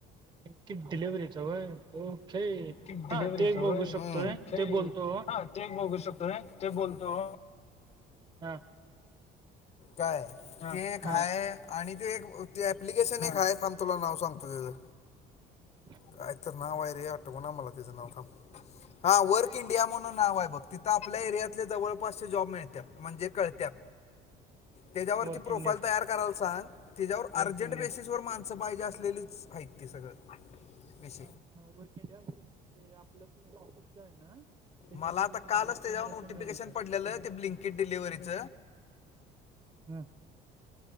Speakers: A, on the right; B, on the left.
A: कि डिलिव्हरीच वय हो हे
B: डिलिव्हरीचं
A: हा ते बघू
B: वय हम्म.
A: शकतोय
B: ओके
A: ते बोलतो.
B: हा ते बघू शकतो ते बोलतो
A: हां.
B: काय ते एक,
A: हा
B: हाय आणि ते एक ते अप्लिकेशन एक हय थांब, तुला नाव सांगतो त्याचं
A: हो.
B: का तरर नाव आहे रे आटोक, ना मला तिचं नाव का हा वर्क इंडिया म्हणून नाव आहे बघ तिथं, आपल्या एरियातले जवळपासचे जॉब मिळत्यात म्हणजे कळत्यात.
A: <unintelligible>
B: त्याच्यावरती
A: वर्क
B: प्रोफाईल
A: इंडिया
B: तयार, करायला सांग त्याच्यावर अर्जंट बेसिस वर माणसं पाहिजे असलेलीच आहेत, ते सगळं विष
A: हा वर्क इंडिया ते आपलं पण <inaudible> आहे ना त्याच्यासाठी
B: मला आता
A: सुद्धा
B: कालच
A: वर्क
B: त्याच्यावर
A: इंडियाच
B: नोटिफिकेशन,
A: मेल येतात
B: पडलेलं ते ब्लिंकेड डिलिव्हरीच
A: हम्म